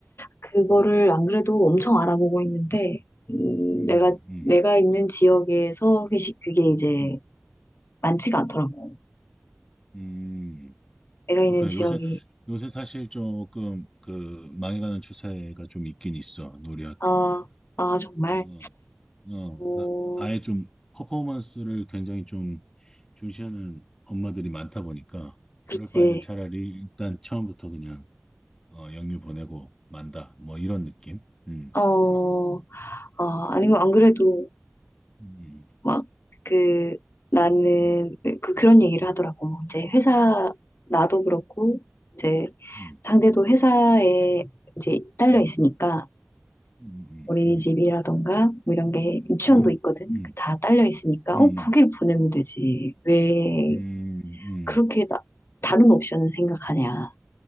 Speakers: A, on the left (about 75°); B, on the left (about 15°).
A: 그거를
B: 음,
A: 안 그래도 엄청 알아보고 있는데,
B: 음,
A: 음,
B: 음,
A: 내가,
B: 음,
A: 내가 있는 지역에서 그시- 그게 이제
B: 음, 음.
A: 많지가 않더라고.
B: 음.
A: 내가
B: 그렇군요.
A: 있는 지역이,
B: 요새 요새 사실 조금 그 망해가는 추세가 좀 있긴 있어 놀이학교.
A: 아, 아, 정말,
B: 어, 어,
A: 어,
B: 아, 아예 좀 퍼포먼스를 굉장히 좀 중시하는 엄마들이 많다 보니까
A: 그렇지.
B: 그럴 바에는 차라리 일단 처음부터 그냥 어, 영유 보내고 만다 뭐 이런 느낌. 음.
A: 어, 아, 아니고,
B: 음.
A: 안 그래도
B: 음.
A: 막, 그, 나는,
B: 음.
A: 그, 그런 얘기를
B: 음.
A: 하더라고. 이제 회사, 나도 그렇고, 이제
B: 음.
A: 상대도 회사에 이제 딸려
B: 음.
A: 있으니까,
B: 음. 음.
A: 어린이집이라던가
B: 음.
A: 뭐 이런 게 유치원도
B: 음.
A: 있거든.
B: 음.
A: 그 다 딸려 있으니까
B: 음.
A: 어 거길 보내면 되지. 왜
B: 음. 음.
A: 그렇게 나, 다른 옵션을 생각하냐.